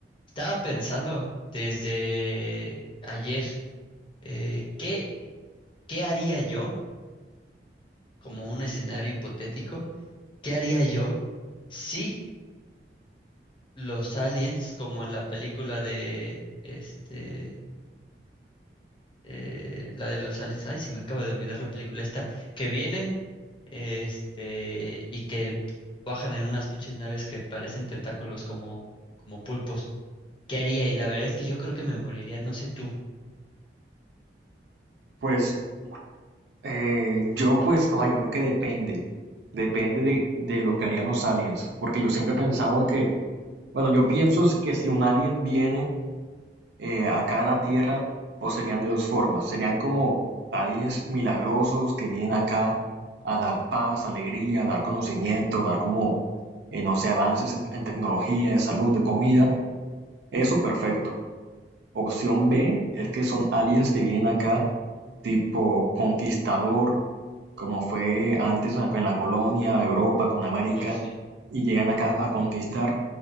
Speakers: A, on the left; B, on the right.
A: Estaba pensando desde ayer, eh, ¿qué, qué haría yo, como un escenario hipotético, qué haría yo si los aliens, como en la película de, este, eh, la de los aliens, ay, se me acaba de olvidar la película esta, que vienen, este, y que bajan en unas pinches naves que parecen tentáculos como, como pulpos, ¿qué haría? Y la verdad es que yo creo que me moriría, no sé tú.
B: Pues eh, yo pues, o sea, yo creo que depende, depende de, de lo que harían los aliens, porque yo siempre he pensado que, bueno, yo pienso es que si un alien viene eh, acá a la Tierra, o serían de dos formas, serían como aliens milagrosos que vienen acá a dar paz, alegría, a dar conocimiento, a dar como, eh, no sé, avances en, en tecnología, de salud, de comida, eso perfecto. Opción B es que son aliens que vienen acá tipo conquistador como fue antes en la- en la colonia, Europa, con América,
A: Oh, sí.
B: y llegan acá a conquistar.